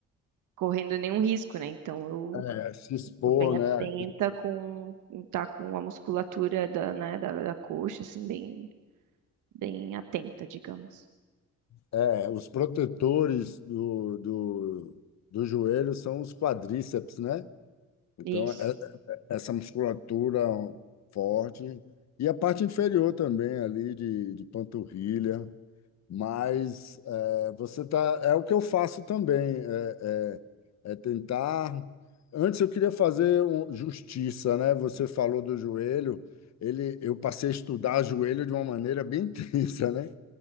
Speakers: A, on the right; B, on the left.
A: correndo nenhum risco, né? Então, eu
B: é, é, se expor,
A: Tô bem
B: né?
A: atenta com tá com a musculatura da, né, da, da coxa, assim, bem, bem atenta, digamos.
B: É, os protetores do, do, do joelho são os quadríceps, né? Então,
A: Isso.
B: é- essa musculatura forte e a parte inferior também ali de, de panturrilha. Mas é, você tá, é o que eu faço também, é, é, é tentar. Antes eu queria fazer um- justiça, né? Você falou do joelho, ele, eu passei a estudar joelho de uma maneira bem <laughs> tensa, né?